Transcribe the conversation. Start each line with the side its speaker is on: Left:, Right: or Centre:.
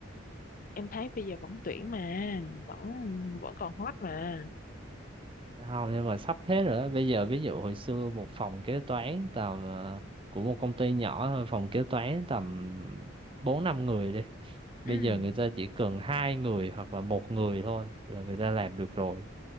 Left: em thấy bây giờ vẫn tuyển mà vẫn vẫn còn hot mà
Right: không nhưng mà sắp thế rồi đó bây giờ ví dụ hồi xưa một phòng kế toán tầm ờ, của một công ty nhỏ thôi phòng kế toán tầm bốn năm người đi bây
Left: ừ.
Right: giờ người ta chỉ cần hai người hoặc là một người thôi là người ta làm được rồi